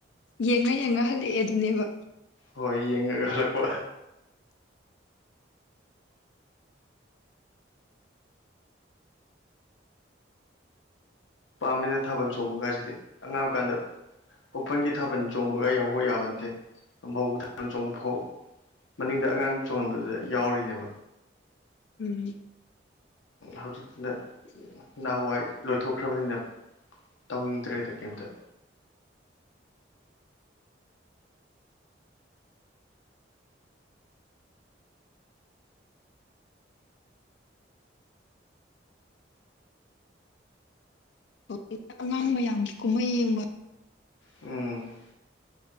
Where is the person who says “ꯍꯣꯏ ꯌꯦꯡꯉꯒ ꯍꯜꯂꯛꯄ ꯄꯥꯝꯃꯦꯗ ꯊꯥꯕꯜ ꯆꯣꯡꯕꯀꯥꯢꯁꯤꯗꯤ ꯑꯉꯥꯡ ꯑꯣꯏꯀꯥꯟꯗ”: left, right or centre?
Left